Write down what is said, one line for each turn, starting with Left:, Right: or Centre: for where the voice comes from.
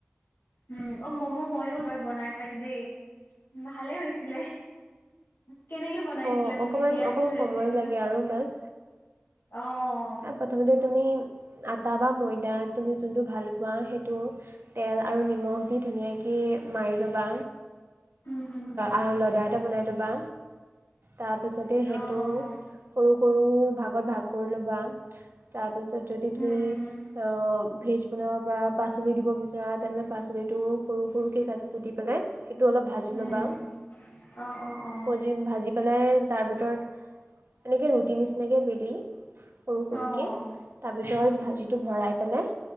Left: উম অ মম' ময়ো এবাৰ বনাই পাইছো দেই ভালে হৈছিলে। কেনেকে বনাইছিলা
Right: অঁ
Left: তুমি
Right: অকণমান
Left: দিয়াচোন
Right: অকণ
Left: ৰেচিপিটো
Right: সময় লাগে
Left: কোৱা,
Right: আৰু বাছ
Left: অঁ
Right: প্ৰথমতে তুমি আটা বা ময়দা তুমি যোনটো ভাল পোৱা সেইটো তেল আৰু নিম নিমখ দি ধুনীয়াকে মাৰি লবা,
Left: উম, হুম, হুম।
Right: আ লডা এটা বনাই লবা তাৰপিছতে সেইটো
Left: অ', অ', অ',
Right: সৰু সৰু ভাগত ভাগ কৰি লবা। তাৰ পিছত যদি তুমি
Left: উম, উম,
Right: <unintelligible> ভেজ বনাব পৰা পাচলি দিব বিচৰা তেনেহ'লে পাচলিটো সৰু সৰুকৈ কাট <unintelligible> কুটি পেলাই সেইটো অলপ ভাজি
Left: উম,
Right: ল'বা,
Left: উম। উম। অ', অ', অ',
Right: ভজি ভাজি পেলাই তাৰ ভিতৰত এনেকৈ ৰুটিৰ নিচিনাকৈ বেলি সৰু সৰুকৈ
Left: অ',
Right: তাৰ ভিতৰত
Left: উম, উম,
Right: ভাজিটো ভৰাই পেলাই